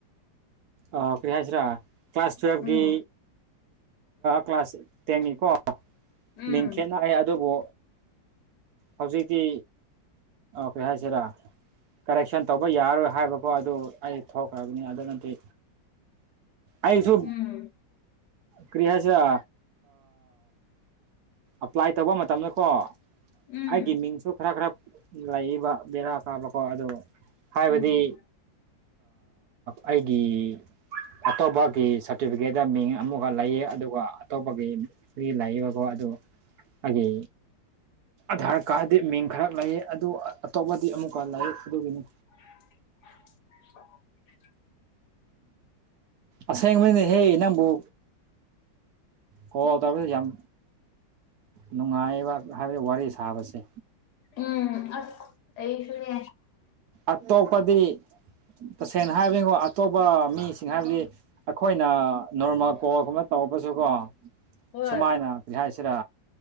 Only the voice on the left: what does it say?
ꯎꯝ
ꯎꯝ
ꯎꯝ
ꯎꯝ
ꯎꯝ
<unintelligible>
ꯎꯝ ꯑꯁ ꯑꯩꯁꯨꯅꯦ
ꯍꯣꯏ